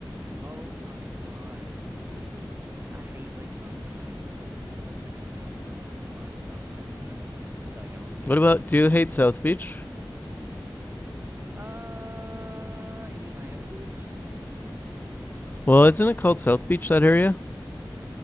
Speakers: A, on the right (about 30°); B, on the left (about 25°).
A: Oh my God, this is this is <sighs> I I hate like most of Miami, but this is such like a nice little spot of Miami that like I don't think anywhere
B: What about
A: else.
B: do you hate South Beach?
A: Uh, you mean Miami Beach?
B: Well, isn't it called South Beach that area?